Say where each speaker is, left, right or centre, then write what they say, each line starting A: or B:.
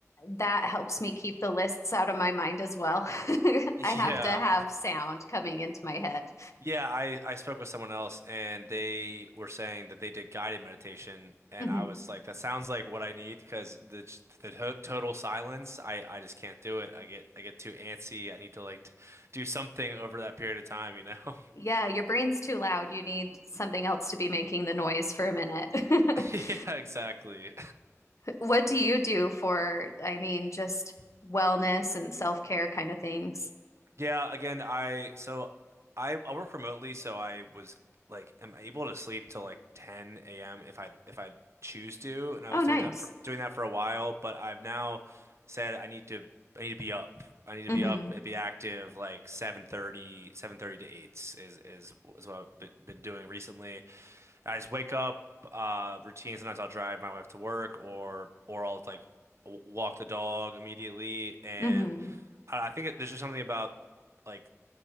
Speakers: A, on the left; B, on the right.
A: that helps me keep the lists out of my mind as well. <laughs>
B: Yeah.
A: I have to have sound coming into my head.
B: Yeah, I I spoke with someone else and they were saying that they did guided meditation and
A: Mhm.
B: I was like that sounds like what I need because the the to- total silence I I just can't do it. I get I get too antsy. I need to like t- do something over that period of time, you know?
A: Yeah, your brain's too loud. You need something else to be making the noise for a minute. <laughs>
B: <laughs> Yeah, exactly.
A: What do you do for, I mean, just wellness and self-care kind of things?
B: Yeah, again, I so I, I work remotely, so I was like am able to sleep till like 10 a.m. if I if I choose to, and I
A: Oh,
B: was
A: nice.
B: doing that for doing that for a while, but I've now said I need to I need to be up. I need to
A: hmm
B: be up and be active like seven thirty seven thirty to 8 is is is what I've been been doing recently. I just wake up, uh routine, sometimes I'll drive my wife to work or or I'll like w- walk the dog immediately and
A: hmm
B: I I think it, there's just something about like